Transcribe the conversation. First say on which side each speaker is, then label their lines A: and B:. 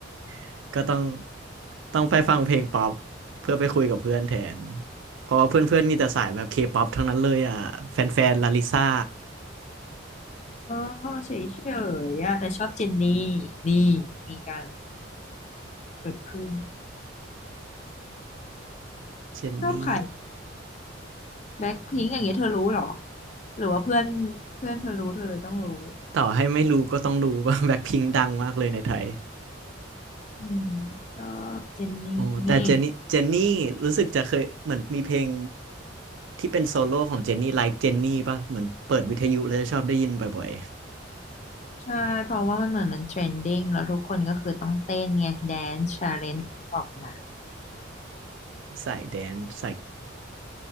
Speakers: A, on the right (about 70°); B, on the left (about 35°).
A: <laughs> ก็ต้องต้องไปฟังเพลงป๊อปเพื่อไปคุยกับเพื่อนแทนเพราะว่าเพื่อนๆมีแต่สายแบบเคป๊อปทั้งนั้นเลยอ่ะแฟนๆลาลิซ่า
B: อ๋อเฉยๆอะแต่ชอบเจนนี่นี่มีการเกิดขึ้น
A: เจนนี่
B: ชอบใครแบ็คพิงอย่างเงี้ยเธอรู้เหรอหรือว่าเพื่อนเพื่อนเธอรู้เธอเลยต้องรู้
A: ต่อให้ไม่รู้ก็ต้องรู้ว่า <laughs> แบ็คพิงดังมากเลยในไทย
B: อืมชอบเจนนี
A: โอ้แต่เจนนี่เจนนี่รู้สึกจะเคยเหมือนมีเพลง
B: ่
A: ที่เป็นโซโล่ของเจนนี่ like เจนนี่ป่ะเหมือนเปิดวิทยุแล้วชอบได้ยินบ่อย
B: ใช่เพราะว่ามันเหมือนมันเทรนดิ้งแล้วทุกคนก็คือต้องเต้นไงแดน c ์ชาเลนจ์ออกมา
A: ๆสายแดนสาย